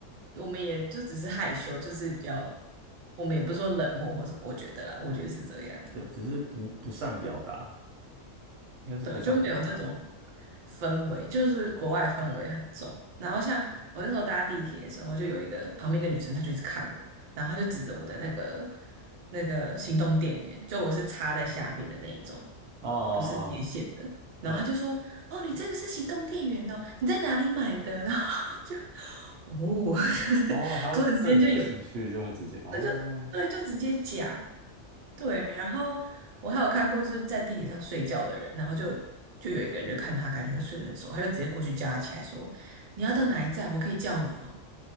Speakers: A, on the right; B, on the right.
A: 我们也就只是害羞，就是比较，我们也不是说冷漠或什么，我觉得啦，我觉得是这样。
B: 对，只是不不善表达，应该是不善表达。
A: 对啊，就没有这种氛围，就是国外氛围很重。然后像我那时候搭地铁的时候，就有一个旁边一个女生，她就一直看我，然后她就指着我的那个那个行动电源，就我是插在下面的那一种，
B: 哦哦
A: 不是接线的。
B: 哦，
A: 然后她就说：
B: 嗯，
A: “哦，你这个是行动电源哦，你在哪里买的？” <laughs> 然后就哦，<laughs> 就是突然之间就有，
B: 哦，他会对你有兴趣就会直接哦，
A: 那就对，就直接讲。对，然后我还有看过就是在地铁上睡觉的人，然后就就有一个人就看他感觉会睡得很熟，他就直接过去叫他起来说：“你要到哪一站？我可以叫你哦。”